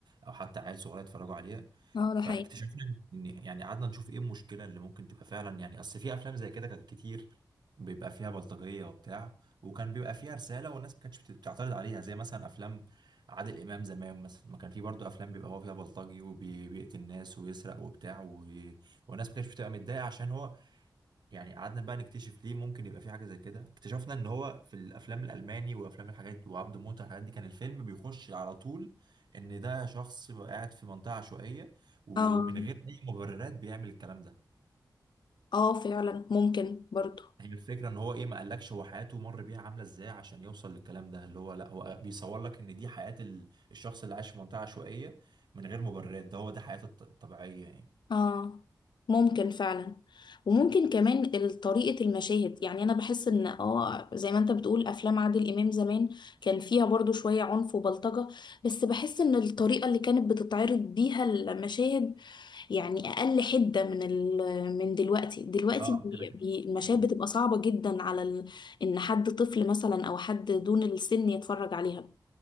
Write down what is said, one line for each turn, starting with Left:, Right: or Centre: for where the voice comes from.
Right: او حتى عيال صغيره يتفرجوا عليها
Left: اه ده
Right: فاكتشفنا
Left: حقيقي
Right: ان يعني قعدنا نشوف ايه المشكله اللي ممكن تبقى فعلا يعني اصل في افلام زي كده كانت كتير بيبقى فيها بلطجيه وبتاع وكان بيبقى فيها رساله والناس ما كانتش بت- بتعترض عليها زي مثلا افلام عادل امام زمان مثلا ما كان في برضه افلام بيبقى هو فيها بلطجي وبيقتل الناس ويسرق وبتاع و... والناس ما كانتش بتبقى متضايقه عشان هو يعني قعدنا بقى نكتشف ليه ممكن يبقى في حاجه زي كده اكتشفنا ان هو في الافلام الالماني وافلام الحاجات وعبد موته الحاجات دي كان الفيلم بيخش على طول ان ده شخص قاعد في منطقه عشوائيه ومن
Left: اه
Right: غير اي مبررات بيعمل الكلام ده
Left: اه فعلا ممكن برضه
Right: هي الفكرة ان هو ايه ما قالكش هو حياته مر بيها عاملة ازاي عشان يوصل للكلام ده اللي هو لا هو بيصور لك ان دي حياة ال- الشخص اللي عايش في منطقة عشوائية من غير مبررات ده هو ده حياته الط- الطبيعية يعني
Left: اه ممكن فعلا وممكن كمان ال- طريقة المشاهد يعني انا بحس ان اه زي ما انت بتقول افلام عادل امام زمان كان فيها برضو شوية عنف وبلطجة بس بحس ان الطريقة اللي كانت بتتعرض بيها المشاهد يعني اقل حدة من ال من دلوقتي دلوقتي
Right: اه
Left: بي
Right: كده كده
Left: بي المشاهد
Right: مم.
Left: بتبقى صعبة جدا على ال ان حد طفل مثلا او حد دون السن يتفرج عليها